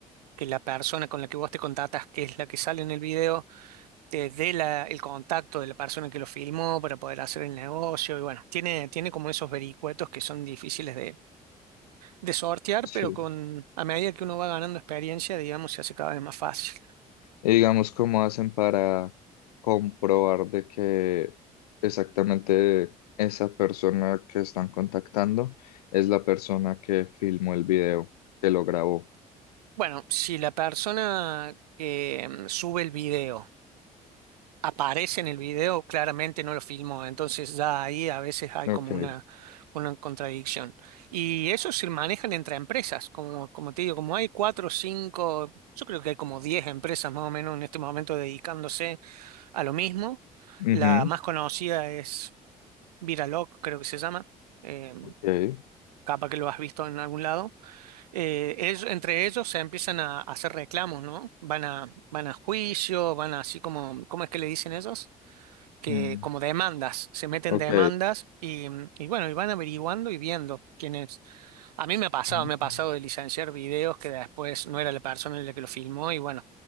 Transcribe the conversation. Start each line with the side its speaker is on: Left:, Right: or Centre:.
Right: que la persona con la que vos te contactas, que es la que sale en el video, te dé la- el contacto de la persona que lo filmó para poder hacer el negocio. Y bueno, tiene, tiene como esos vericuetos que son difíciles de sortear,
Left: sí.
Right: pero con, a medida que uno va ganando experiencia, digamos, se hace cada vez más fácil.
Left: Y digamos, ¿cómo hacen para comprobar de que exactamente esa persona que están contactando es la persona que filmó el video, que lo grabó?
Right: Bueno, si la persona que mm, sube el video aparece en el video, claramente no lo filmó, entonces ya ahí a veces hay
Left: Ok.
Right: como una, una contradicción. Y eso se manejan entre empresas, como, como te digo, como hay cuatro o cinco, yo creo que hay como diez empresas más o menos en este momento dedicándose a lo mismo.
Left: Ujú.
Right: La más conocida es Viraloc, creo que se llama. Eh,
Left: Ok,
Right: capaz que lo has visto en algún lado, eh, ellos- entre ellos se empiezan a, a hacer reclamos, ¿no? Van a, van a juicio, van a así como, ¿cómo es que le dicen ellos? Que
Left: Mm.
Right: como demandas, se meten
Left: ok,
Right: demandas y, y bueno, y van averiguando y viendo quién es. A mí me ha pasado,
Left: Mm.
Right: me ha pasado de licenciar videos que después no era la persona la que lo filmó y bueno,